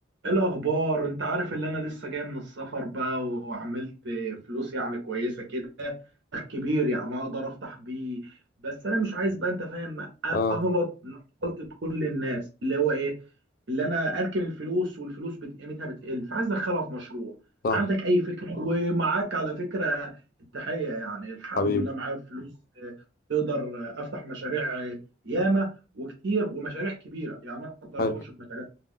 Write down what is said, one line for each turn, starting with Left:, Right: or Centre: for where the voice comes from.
Right: إيه الاخبار انت عارف اللي انا لسه جاي من السفر بقى وعملت فلوس يعني كويسه كده كبير يعني اقدر افتح بيه بس انا مش عايز بقى انت فاهم أ-
Left: اه
Right: اغلط غلطه كل الناس اللي هو ايه اللي انا اركن الفلوس والفلوس بت- قيمتها بتقل فعايز ادخلها في مشروع
Left: صح
Right: عندك اي فكره ومعاك على فكره التحيه يعني الحمد
Left: حبيبي
Right: لله معايا فلوس آه، تقدر آه، افتح مشاريع آه، ياما وكتير ومشاريع كبيره يعني اقدر
Left: حلو
Right: اخش في مشاريع